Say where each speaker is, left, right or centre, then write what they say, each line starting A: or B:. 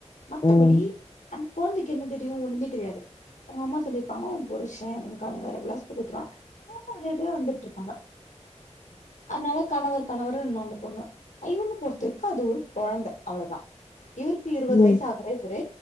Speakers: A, on the left; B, on the left.
A: மத்தபடி
B: ம் ம்
A: அந்த குழந்தைக்கு என்ன தெரியும் ஒண்ணுமே தெரியாது அவங்க அம்மா சொல்லிருப்பாங்க உன் புருஷ உன் கணவர் அப்டியேலாம் சொல்லி குடுத்துருவங்கா அவளும் அப்டி அப்டியே இருப்பாங்க அத்னால கணவர் தணவரு இன்னு அந்த பொண்ணு ஐவண்ணு பொற்த்திருக்கு அது ஒரு கொழந்த அவ்ளோதா இவுர்க்கு இருவது
B: ம்
A: வயிஸ் ஆகுற இவுரு